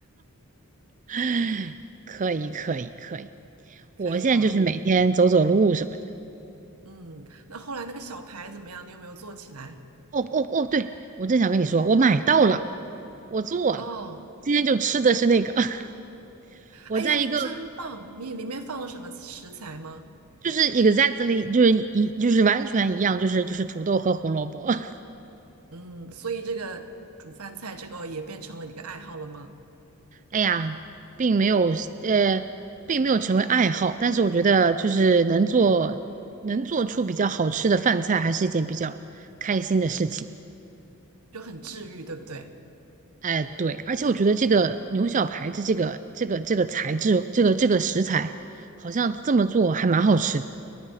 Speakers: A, on the right; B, on the right.
A: <laughs> 可以可以可以。
B: <laughs> 可以哈。
A: 我现在就是每天走走路什么的。
B: 嗯，那后来那个小牌怎么样？你有没有做起来？
A: 哦哦哦，对，我正想跟你说，我买到了，我做了，
B: 哦，
A: 今天就吃的是那个。<laughs> 我在一个
B: 哎呀，你真棒！你里面放了什么食材吗？
A: 就是 exactly 就是一就是完全一样，就是就是土豆和胡萝卜。<laughs>
B: 嗯，所以这个煮饭菜这个也变成了你的爱好了吗？
A: 哎呀，并没有呃，并没有成为爱好，但是我觉得就是能做能做出比较好吃的饭菜，还是一件比较开心的事情。
B: 就很治愈，对不对？
A: 哎，对，而且我觉得这个牛小排的这个这个这个材质，这个这个食材，好像这么做还蛮好吃的。